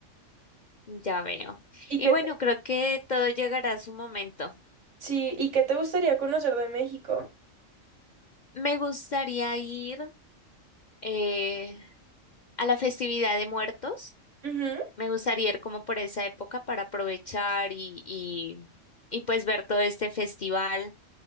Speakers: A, on the left (about 45°); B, on the right (about 65°).
A: Ya veo.
B: <laughs> ¿Y
A: Y
B: qué
A: bueno,
B: te-
A: creo que todo llegará a su momento.
B: sí, ¿y qué te gustaría conocer de México?
A: Me gustaría ir eh, a la festividad de muertos.
B: Ujú,
A: Me gustaría ir como por esa época para aprovechar y, y, y pues ver todo este festival.